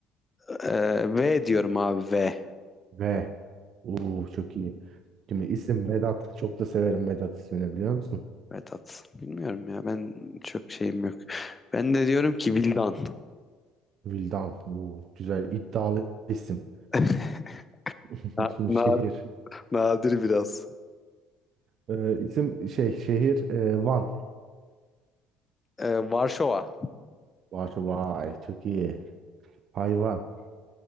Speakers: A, on the left; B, on the right.
A: e, V diyorum abi V.
B: V. Oo çok iyi. Şimdi isim Vedat. Çok da severim Vedat ismini biliyor musun?
A: Vedat. Bilmiyorum ya ben çok şeyim yok. Ben de diyorum ki Vildan.
B: Vildan. Oo, güzel iddialı isim.
A: <laughs>
B: <laughs>
A: Na-
B: Şimdi
A: na-
B: şehir.
A: nadir biraz.
B: Eee isim şey şehir eee, Van.
A: Ee, Varşova.
B: Vay, vay çok iyi. Hayvan.